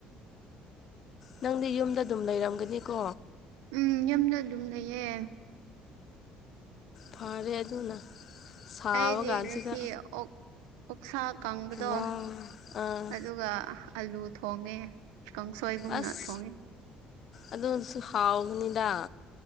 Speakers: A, on the left (about 55°); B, on the right (about 80°).
A: ꯅꯪꯗꯤ ꯌꯨꯝꯗ ꯑꯗꯨꯝ ꯂꯩꯔꯝꯒꯅꯤꯀꯣ
B: ꯎꯝ ꯌꯗ ꯑꯗꯨꯝ ꯂꯩꯌꯦ
A: ꯐꯥꯦ ꯑꯗꯨꯅ ꯁꯥꯕ
B: ꯑꯩꯗꯤ
A: ꯀꯥꯟꯁꯤꯗ
B: ꯉꯁꯤ ꯑꯣ ꯑꯣꯛꯁꯥ ꯀꯪꯕꯗꯣ
A: ꯋꯥ ꯑꯥ
B: ꯑꯗꯨꯒ ꯑꯂꯨ ꯊꯣꯡꯉꯦ ꯀꯥꯡꯁꯣꯏꯒꯨꯝꯅ
A: ꯑꯁ
B: ꯊꯣꯡꯉꯤ
A: ꯑꯗꯨꯁꯨ ꯍꯥꯎꯕꯅꯤꯗ